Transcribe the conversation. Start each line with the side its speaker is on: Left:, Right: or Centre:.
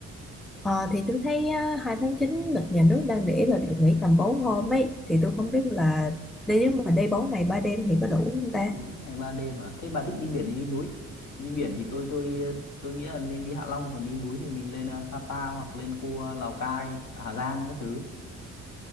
Centre: Ờ, thì tôi thấy uh, 2 tháng 9 lịch nhà nước đang để là được nghỉ tầm 4 hôm ấy, thì tôi không biết là đi nếu mà đi 4 ngày 3 đêm thì có đủ không ta?
Left: bốn ngày 3 đêm à? Thế bà thích đi biển thì đi núi. Đi biển thì tôi tôi tôi nghĩ là nên đi Hạ Long còn đi núi thì mình lên à, Sapa hoặc lên khu à, Lào Cai, Hà Giang các thứ.